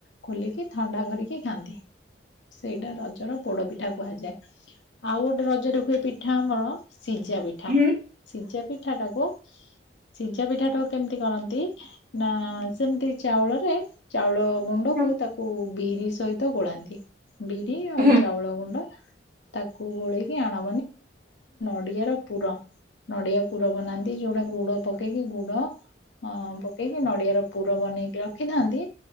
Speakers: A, on the left (about 80°); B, on the right (about 50°).
A: ଖୋ ଲିକି ଥଣ୍ଡା କରିକି ଖାଆନ୍ତି। ସେଇଟା ରଜର ପୋଡ ପିଠା କୁହାଯାଏ ଆଉ ଗୋଟେ ରଜରେ ଏ ପିଠା ଆମର ସିଝା ପିଠା
B: ହୁଁ
A: ସିଝା ପିଠା ଟାକୁ ସିଝା ପିଠା ଟାକୁ କେମିତି କରନ୍ତି ନା ସେମିତି ଚାଉଳରେ ଚାଉଳ ଗୁଣ୍ଡକୁ
B: ହୁଁ,
A: ତାକୁ ବିରି ସହିତ ଗୋଳାନ୍ତି ବିରି ଆଉ
B: ହୁଁ,
A: ଚାଉଳ ଗୁଣ୍ଡ ତାକୁ ଗୋଳେଇକି ଆଣ ନଡିଆ ର ପୁର ନଡିଆ ପୁର ବନାନ୍ତି ଯୋଉଟା ଗୁଡ ପକେଇକି ଗୁଡ ହଁ ପକେଇକି ନଡିଆ ର ପୁର ବନେଇକି ରଖିଥାନ୍ତି।